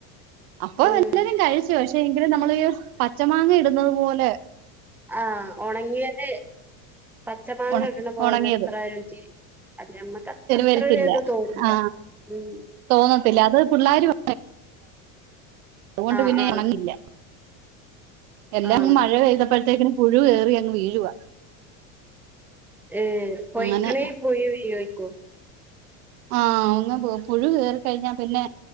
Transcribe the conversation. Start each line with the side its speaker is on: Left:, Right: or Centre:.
Right: അപ്പ
Centre: ഉം
Right: എല്ലരും കഴിച്ചു പഷേ എങ്കിലും നമ്മള് ഈ പച്ചമാങ്ങ ഇടുന്നത്പോലെ
Centre: ആഹ് ഒണങ്ങ്യത്. പച്ചമാങ്ങ
Right: ഉണ
Centre: ഇട്ണപോലെ
Right: ഉണങ്ങിയത്
Centre: ത്രരുചി അത് ഞമ്മക്ക അത്രൊ
Right: വരത്തില്ല
Centre: ഒര്ത് തോന്നൂല
Right: ആ
Centre: ഉം
Right: തോന്നത്തില്ല അത് പിള്ളാര് വ ഓ ണ്ട്
Centre: ആഹ്
Right: പിന്നെ
Centre: ആഹ്
Right: ഒണങ്ങില്ല. എല്ലാംങ്ങ്
Centre: ആഹ്
Right: മഴ പെയ്തപ്പഴത്തേക്ക് ന് പുഴു ഏറിയങ്ങ് വീഴുവാ.
Centre: ഏഹ് പൊയ്ക്കണേ
Right: അങ്ങനെ
Centre: പുയു യോ യ്കു
Right: ആഹ് അങ്ങ് പോം പുഴു കേറി ക്കഴിഞ്ഞാ പിന്നെ